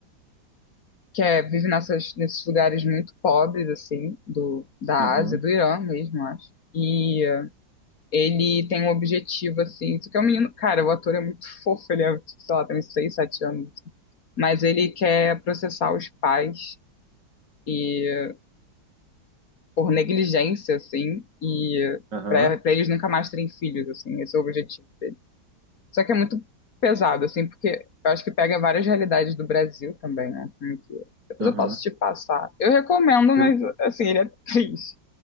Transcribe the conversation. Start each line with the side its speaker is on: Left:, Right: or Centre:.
Left: que é, vive nessas, nesses lugares muito pobres, assim, do, da
Right: Uhum,
Left: Ásia, do Irã mesmo, acho. E eh, ele tem um objetivo, assim, só que é um menino, cara, o ator é muito <laughs> fofo, ele é, tipo, sei lá, tem uns 6, 7 anos. assim. Mas ele quer processar os pais e eh, por negligência, assim, e
Right: aham,
Left: para eles nunca mais terem filhos, assim, esse é o objetivo. Só que é muito pesado, assim, porque eu acho que pega várias realidades do Brasil também, né? Filme que- Depois
Right: aham.
Left: eu posso te passar. Eu recomendo, mas,
Right: Ele-
Left: assim, ele é triste.